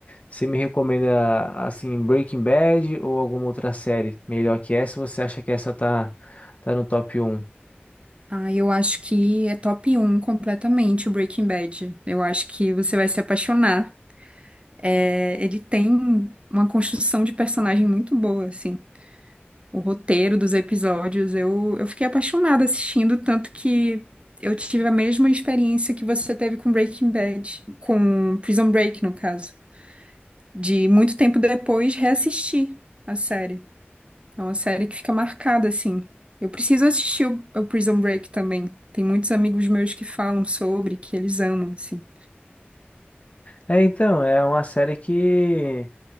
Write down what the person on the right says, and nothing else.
Ah, eu acho que é top um completamente o Breaking Bad. Eu acho que você vai se apaixonar. É, ele tem uma construção de personagem muito boa, assim. O roteiro dos episódios, eu, eu fiquei apaixonada assistindo, tanto que eu tive a mesma experiência que você teve com Breaking Bad, com Prison Break, no caso, de muito tempo depois reassistir a série. É uma série que fica marcada, assim. Eu preciso assistir o, o Prison Break também. Tem muitos amigos meus que falam sobre, que eles amam, assim.